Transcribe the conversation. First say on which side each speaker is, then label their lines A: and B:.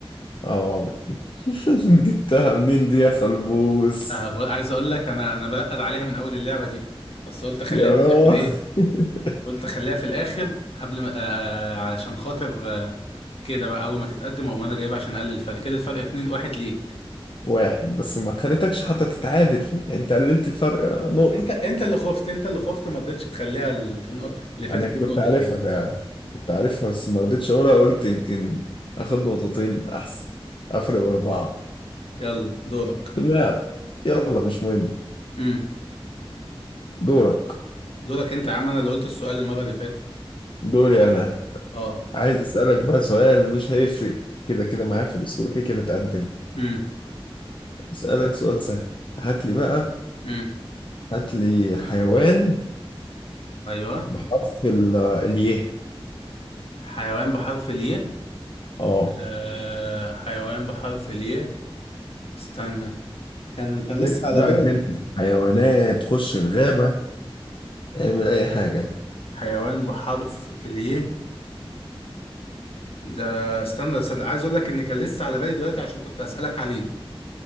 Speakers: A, on the left (about 55°); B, on the left (about 80°).
A: اه <laughs> جبتها منين دي يا خلبوس
B: آه ب- عايز اقول لك انا انا برقد عليها من اول اللعبه دي بس قلت اخليها
A: يا
B: في
A: راجل
B: الاخر ايه
A: <laughs>
B: قلت اخليها في الاخر قبل ما آه آه، علشان خاطر آه كده بقى اول ما تتقدم او ما انا جايبها عشان اقلل الفرق كده الفرق 2 1 ليك
A: واحد بس ما خليتكش حتى تتعادل انت قللت الفرق نقطة
B: انت انت اللي خفت انت اللي خفت ما رضيتش تخليها النق- اللي فاتت
A: انا
B: دي
A: كنت
B: بنقطتين
A: عارفها فعلا كنت عارفها بس ما رضيتش اقولها قلت يمكن اخد نقطتين احسن افرق باربعة
B: يلا دورك
A: لا يلا مش مهم
B: امم
A: دورك
B: دورك انت يا عم انا اللي قلت السؤال المره اللي فاتت
A: دوري انا
B: اه
A: عايز اسالك بقى سؤال مش هيفرق كده كده معايا في السكور كده كده متقدم
B: امم
A: اسالك سؤال سهل هات لي بقى
B: امم
A: هات لي حيوان
B: ايوه
A: بحرف ال- الياء
B: حيوان بحرف الياء
A: اه
B: آه حيوان بحرف الياء استنى كان كان
A: دخل
B: لسه
A: بقى
B: على بال
A: جنينة الحيوانات خش الغابة اعمل اي حاجة
B: حيوان بحرف الياء ده استنى بس ده عايز اقول لك ان كان لسه على بالي دلوقتي عشان كنت اسالك عليه